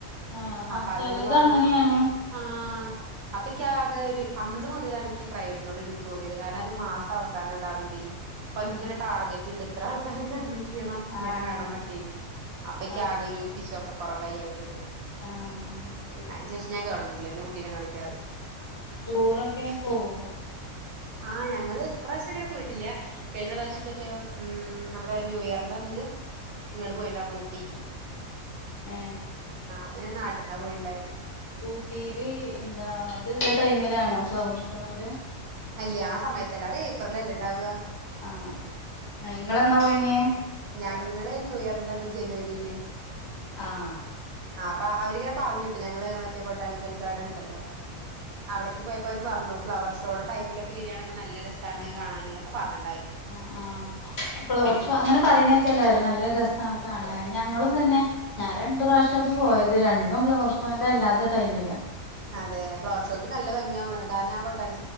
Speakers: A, on the left; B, on the right.
A: ആഹ് ആഹ്
B: അപ്പം
A: ചെലത്
B: അത് ന്ന് പറഞ്ഞ
A: അങ്ങനെയാണ്
B: ആഹ് അപ്പക്കാകെ അന്ന് മുതലാണിക്കീ പ്രൈവറ്റിനോടൊരിത് തോന്നീത്. കാരണം അത് മാസം അവസാനാണ്ടാർന്നതെയ്. അവര്ക്ക്ങ്ങനെ
A: ഉം
B: ടാർഗറ്റ്ണ്ട് ഇത്രാൾക്കാരേനെ അഡ് മിറ്റീയ്യണം ഇങ്ങനെ
A: ആഹ്
B: വേണന്നൊക്കെയ്. അപ്പക്കാകെ
A: ആഹ്
B: ഒര് വിശ്വാസ ക്കൊറവായി അവരോട്
A: ആഹ് ശരി
B: അയ്ന് ശേഷം ഞാൻ ഗവൺമെന്റി ലെന്നേ കുട്ടീനെ കാണിക്കാറ്.
A: ടൂറൊക്കെ പോവോ?
B: ആഹ് ഞങ്ങള് ഇപ്രാശ്യം അങ്ങനെ പോയിട്ടില്ല കഴിഞ്ഞ പ്രാവശ്യം മറ്റേ മ് നമ്മടെ ന്യൂയർന്റെ അന്ന് ഇങ്ങട് പോയീണ്ടാര്ന്നു ഊട്ടീക്ക്
A: ഏ
B: അത് ഞാൻ നാട്ട്ന്നാ പോയീണ്ടായത്
A: ഊട്ടീല് എന്താ അത് ല്ലെ ടൈമിലാണോ ഫ്ലവർഷോന്റെ?
B: അല്ല ആ സമയത്തല്ല അത് ഏപ്രിലല്ലേ ഇണ്ടാവ്വാ
A: ആഹ് ഇങ്ങളെന്നാ പോയീനെ
B: ഞങ്ങള് ന്യൂയർന്റെ അന്ന് ജെന് വരീല്.
A: ആഹ്
B: അപ്പ അവരിങ്ങനെ പറഞ്ട്ടോ ഞങ്ങള് മറ്റേ ബൊട്ടാനിക്കൽ ഗാർഡൻണ്ടല്ലോ അവ്ടക്ക് പോയ പ്പ അവര് പർഞ്ഞു ഫ്ലവർഷോടെ ടൈമിലോക്കെ വെരാണെങ്കില് നല്ല രസാണ് കാണാന് ന്നോക്കെ പർഞ്
A: ആ ആഹ് ഇപ്പോള ഉറപ്പ അങ്ങനെ പറയുന്നേ എല്ലാവരും നല്ല രസമാണ് കാണുന്നത് ഞങ്ങളും തന്നെ ഞാൻ രണ്ടു പ്രാവശ്യ ഇപ്പ പോയത് രണ്ടും ഫ്ലവർ ോന്റെ അല്ലാത്ത ടൈമില്ല
B: അതെ ഫ്ലവർ ഷോയ്ക്ക് നല്ല ഭംഗിയ കാരണം ആട്ട